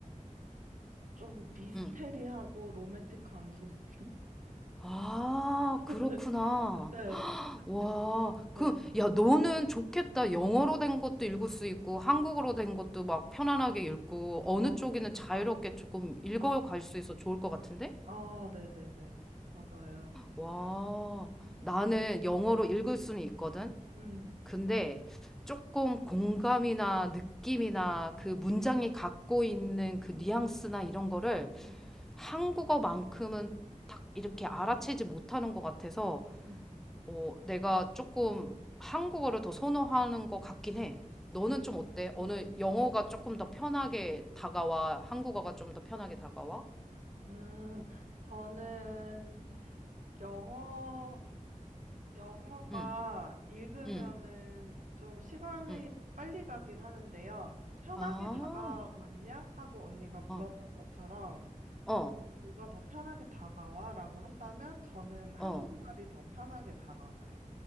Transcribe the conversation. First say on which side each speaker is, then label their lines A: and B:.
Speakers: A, on the right; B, in the centre.
A: 좀 미스테리하고
B: 응.
A: 로맨틱한 소설.
B: 아,
A: <laughs>
B: 그렇구나.
A: 네. 네.
B: 와,
A: 네.
B: 그, 야, 너는 좋겠다. 영어로 된 것도 읽을 수 있고, 한국어로 된 것도 막 편안하게 읽고, 어느
A: 어,
B: 쪽이든 자유롭게
A: 어,
B: 조금 읽어갈
A: 어.
B: 수 있어 좋을 것 같은데?
A: 아, 네네네. 맞아요.
B: 와,
A: 음.
B: 나는 영어로 읽을 수는 있거든.
A: 음,
B: 근데 조금 공감이나 느낌이나
A: 음,
B: 그 문장이 갖고 있는 그 뉘앙스나
A: 음,
B: 이런 거를
A: 음,
B: 한국어만큼은 딱 이렇게 알아채지 못하는 것 같아서
A: 음,
B: 어, 내가 조금 한국어를 더 선호하는 것 같긴 해. 너는
A: 음,
B: 좀 어때? 어느
A: 음.
B: 영어가 조금 더 편하게 다가와? 한국어가 좀 더 편하게 다가와?
A: 음, 저는 영어, 영어가
B: 응,
A: 읽으면은
B: 응,
A: 좀 시간이
B: 응.
A: 빨리 가긴 하는데요. 편하게
B: 아,
A: 다가왔냐? 하고 언니가 물었던
B: 어,
A: 것처럼,
B: 어,
A: 누가 더 편하게 다가와? 라고 한다면 저는 한국말이
B: 어.
A: 더 편하게 다가와요.